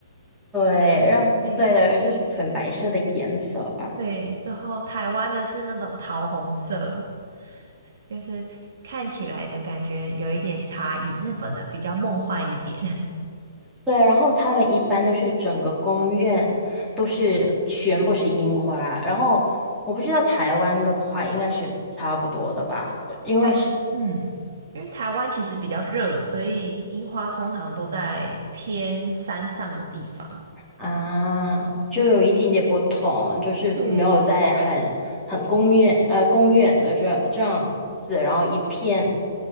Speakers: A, in the centre; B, on the right.
A: 对，然后对的，
B: 系，
A: 就是粉白色的颜色吧。
B: 对对，然后台湾的是那种桃红色，就是看起来的感觉有一点差异，
A: 嗯，
B: 日本的比较梦幻一点，
A: 对，然后他们一般都是整个公园都是全部是樱花，然后我不知道台湾的话应该是差不多的吧，因为是
B: <laughs> 嗯，因为台湾其实比较热，所以樱花通常都在偏山上的地方，
A: 啊，就有一点点不同，
B: 就比
A: 就是没有在很很公园呃公园的这这样子，
B: 对。
A: 然后一片